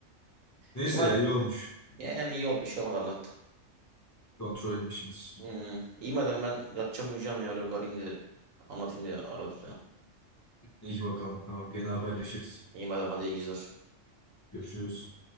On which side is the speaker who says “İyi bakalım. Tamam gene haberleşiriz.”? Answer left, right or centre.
Left